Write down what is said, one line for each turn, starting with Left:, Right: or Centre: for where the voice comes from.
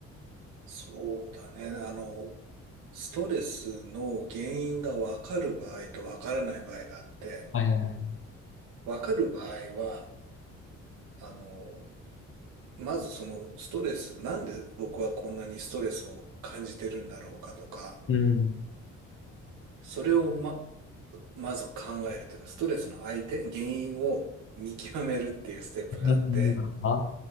Right: そうだね。あの、ストレスの原因が分かる場合と分からない場合があって、
Left: はいはいはい。
Right: 分かる場合は、あの、まずそのストレス、なんで僕はこんなにストレスを感じてるんだろうかとか、
Left: うん。
Right: それをま、まず考えるというか、ストレスの相手、原因を見極めるっていうステップがあって、
Left: うん。あ、